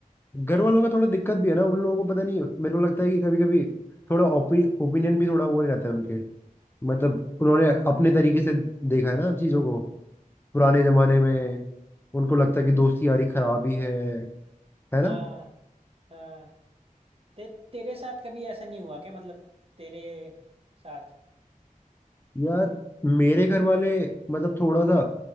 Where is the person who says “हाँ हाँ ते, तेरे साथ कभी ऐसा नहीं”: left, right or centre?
Right